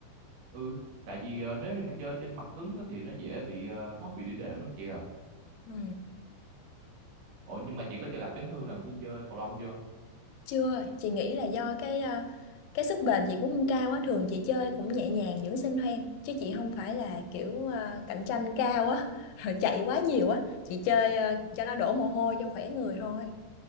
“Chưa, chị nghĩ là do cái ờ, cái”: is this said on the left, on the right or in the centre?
Left